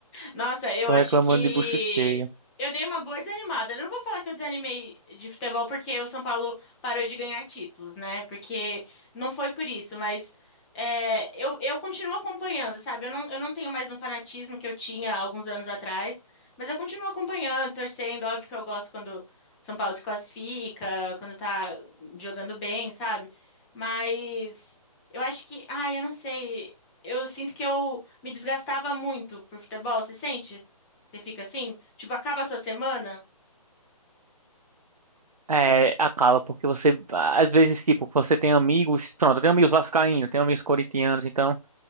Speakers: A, in the centre; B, on the right.
A: Nossa, eu
B: Tô
A: acho
B: reclamando
A: que
B: de bucho cheio.
A: eu dei uma boa desanimada. Eu Não vou falar que eu desanimei de futebol porque o São Paulo parou de ganhar títulos, né? Porque não foi por isso, mas é, eu, eu continuo acompanhando, sabe? Eu não, eu não tenho mais um fanatismo que eu tinha há alguns anos atrás, mas eu continuo acompanhando, torcendo. Óbvio que eu gosto quando o São Paulo se classifica, quando tá jogando bem, sabe? Mas eu acho que, ah, eu não sei. Eu sinto que eu me desgastava muito por futebol, você sente? Você fica assim? Tipo, acaba a sua semana?
B: É, acaba, porque você, às vezes, tipo, você tem amigos, pronto, eu tenho amigos vascaínos, tenho amigos corintianos, então.